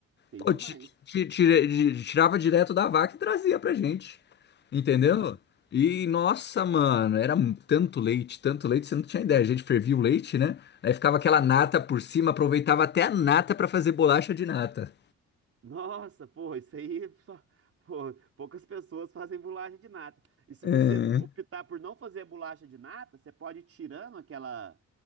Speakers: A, on the right; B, on the left.
A: Sei
B: Pô,
A: demais.
B: ti- ti- tire- tirava direto da vaca e trazia pra gente. Entendeu?
A: né?
B: E nossa, mano, era mu- tanto leite, tanto leite, você não tinha ideia. A gente fervia o leite, né? Aí ficava aquela nata
A: Sim.
B: por cima, aproveitava até a nata pra fazer bolacha de nata.
A: Nossa, pô, isso aí, só- pô, poucas pessoas fazem bolacha de nata. E se
B: É.
A: você optar por não fazer a bolacha de nata, você pode ir tirando aquela